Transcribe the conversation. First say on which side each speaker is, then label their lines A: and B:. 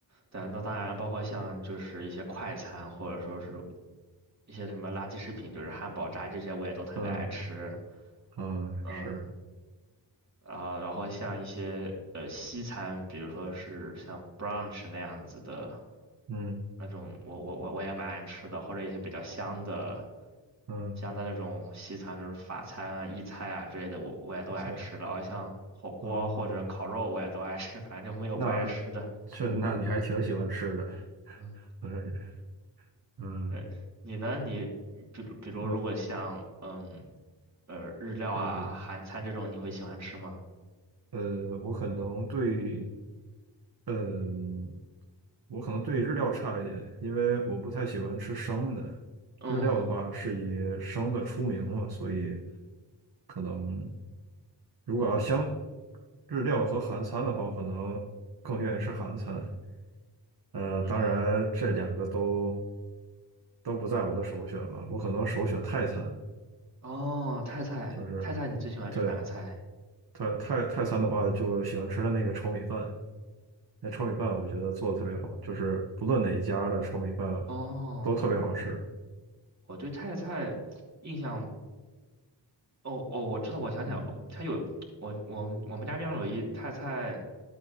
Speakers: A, on the right; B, on the right.
A: 但那当然包括像就是一些快餐，或者说是一些什么垃圾食品，就是汉堡、炸鸡这些，我也都特别爱吃。
B: 嗯嗯是，
A: 嗯，啊、然后像一些呃西餐，比如说是像 brunch 那样子的
B: 嗯
A: 那种，我我我我也蛮爱吃的，或者一些比较香的
B: 嗯，
A: 香的那种西餐，就是法餐啊、意菜啊之类的，我我也都爱吃。
B: 赛
A: 然后像火锅或者烤肉，
B: 哦，
A: 我也都爱吃，反正就没有不爱吃的。
B: 那这那你还挺喜欢吃的，
A: 嗯，
B: 我感觉，嗯，
A: 呃，你呢？你比如比如如果像嗯
B: 我
A: 呃日料啊、
B: 呃
A: 韩餐这种，你会喜欢吃吗？
B: 呃，我可能对，嗯、我可能对日料差一点，因为我不太喜欢吃生的。
A: 嗯
B: 日料的话是以生的出名嘛，所以可能如果要相日料和韩餐的话，我可能更愿意吃韩餐。呃，
A: 嗯
B: 当然这两个都都不在我的首选吧，我可能首选泰餐，
A: 哦，泰菜泰菜，
B: 就是
A: 你最喜欢吃哪个菜？
B: 对泰泰泰餐的话，就喜欢吃的那个炒米饭。那炒米饭我觉得做的特别好，就是不论哪一家的炒米饭
A: 哦，
B: 都特别好吃。
A: 我对泰菜印象，哦哦，我知道，我想起来，
B: 嗯。
A: 它有我我们我们家边上有一泰菜，